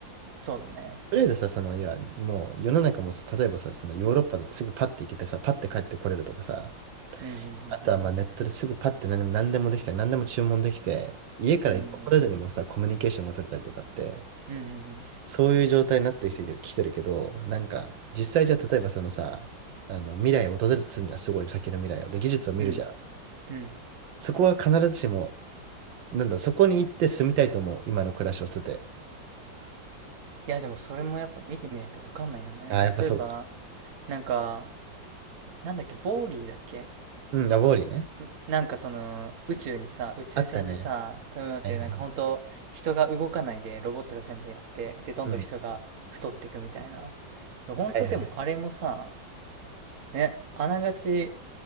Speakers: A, on the right (about 55°); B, on the right (about 80°).
A: そうだね。
B: とりあえずさ、その、いや、もう世の中も、例えばさ、そのヨーロッパだとすぐパッて行けてさ、パッて帰ってこれるとかさ、
A: うん、
B: あとはまあネットですぐパッて何でも、何でもできて、何でも注文できて、家から一歩も出ずにもさ、
A: うん、うん、うん、
B: コミュニケーションが取れたりとかって、
A: うん、うん、
B: そういう状態になってきてる、きてるけど、なんか、実際じゃあ例えばそのさ、あの、未来を訪れるとするんじゃん、すごい先の未来を。で、技術を見るじゃん。
A: うん、うん、うん。うんうん
B: そこは必ずしも、なんだ、そこに行って住みたいと思う、今の暮らしを捨てて。
A: いや、でもそれもやっぱ見てみないとわかんないよね。
B: ああ、やっぱそうか。
A: 例えば、なんか、なんだっけ、ウォーリーだっけ
B: うん、ラボーリーね。
A: んなんかその、宇宙にさ、宇宙船にさ、
B: あったね。
A: 飛び乗って、
B: はいはいはい。
A: なんか本当人が動かないで、ロボットが全部やって、で、どんどん人が太っていくみたいな。
B: うん。
A: 本当でもあれもさ、
B: はいはいはい。
A: ね、あながち